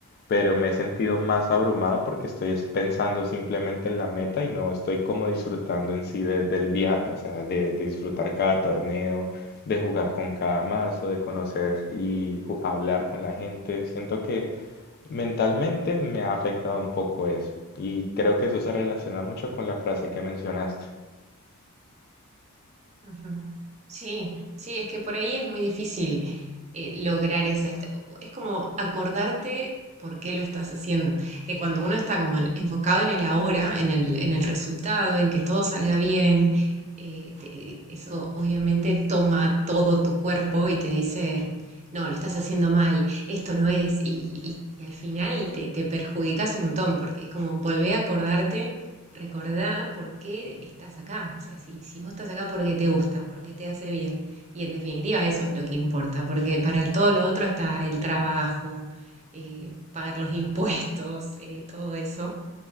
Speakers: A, on the left (about 45°); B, on the right (about 30°).
A: pero me he sentido más abrumado porque estoy es- pensando simplemente en la meta y no estoy como disfrutando en sí de- del viaje, o sea, de, de disfrutar cada torneo, de jugar con cada mazo, de conocer y ju- hablar con la gente. Siento que mentalmente me ha afectado un poco eso y creo que eso se relaciona mucho con la frase que mencionaste.
B: Ujú. Sí, sí, es que por ahí es muy difícil eh, lograr esa... esta- Es como acordarte por qué lo estás haciendo. Que cuando uno está como en- enfocado en el ahora, en el, en el resultado, en que todo salga bien, eh, te- eso obviamente toma todo tu cuerpo y te dice, no, lo estás haciendo mal, esto no es. Y, y- y al final te, te perjudicas un montón porque es como volver a acordarte recordá por qué estás acá. O sea, si, si vos estás acá porque te gusta, porque te hace bien. Y en definitiva eso es lo que importa, porque para todo lo otro está el trabajo, eh, pagar los <laughs> impuestos, eh, todo eso,